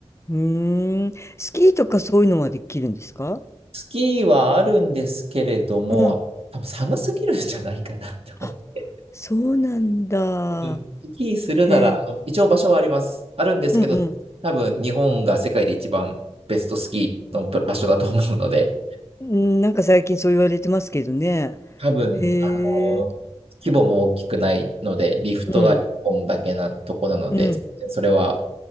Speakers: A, on the left; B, on the right.
A: うーん。スキーとかそういうのはできるんですか
B: スキーはあるんですけれども、
A: うん。
B: 多分寒すぎるんじゃないかなって思って。
A: あ、そうなんだ。
B: うんスキーするなら、
A: へえ。
B: あの一応場所はあります。あるんですけど、
A: うんうん。
B: 多分日本が世界で一番ベストスキーの場所だと思うので、
A: うん、なんか最近そう言われてますけどね。
B: 多分、
A: へえ。
B: あの、規模も大きくないので、リフトが1本だけなとこなので、
A: うん。うん。
B: それは